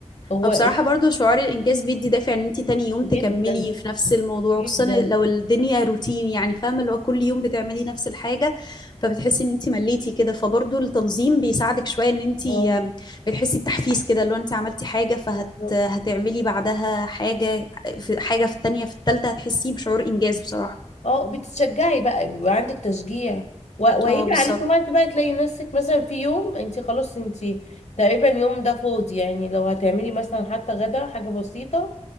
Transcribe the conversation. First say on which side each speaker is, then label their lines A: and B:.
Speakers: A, on the left; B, on the left.
A: هو
B: وبصراحة
A: ال-
B: برضو شعور الإنجاز بيدي دافع إن أنت تاني يوم
A: جدا
B: تكملي في نفس الموضوع
A: جدا
B: وخصوصا لو الدنيا روتين يعني فاهمة اللي هو كل يوم بتعملي نفس الحاجة فبتحسي إن أنت مليتي كده فبرضو التنظيم بيساعدك شوية إن أنت
A: اه
B: آم، بتحسي بتحفيز كده لو أنت عملتي حاجة فهت
A: بالظبط
B: هتعملي بعدها حاجة آه، في حاجة في التانية في التالتة هتحسي بشعور إنجاز بصراحة
A: اه بتشجعي بقى بيبقى عندك تشجيع و... ويجي
B: اه بالظبط
A: عليكي وقت بقى تلاقي نفسك مثلا في يوم انت خلاص انت تقريبا يوم ده فاضي يعني لو هتعملي مثلا حتى غدا حاجة بسيطة